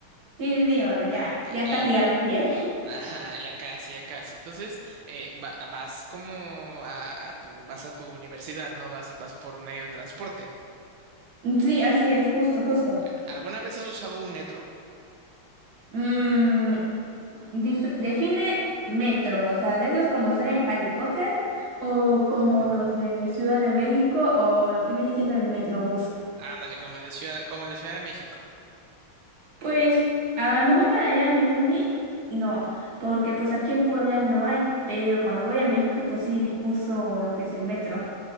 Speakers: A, on the right; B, on the right.
A: Sí, sí, sí, o sea, ya, ya
B: Y
A: casi aquí, pie
B: Ajá, ya casi, ya casi. Entonces, eh, va- vas como a, a tu, vas a tu universidad, ¿no? Vas, vas por medio de transporte.
A: Sí, así es, justo, justo.
B: Bueno, ¿alguna vez has usado un metro?
A: Mm, dif- define metro, o sea, de esos como salen en Harry Potter, o como
B: Ujú.
A: los de Ciudad de México, o lo que viene siendo el Metrobús.
B: Ándale, como el de Ciudad, como el de Ciudad de México.
A: Pues, a lo mejor para ir a mi uni, no, porque pues aquí en Puebla no hay, pero cuando voy a México, pues sí uso lo que es el metro.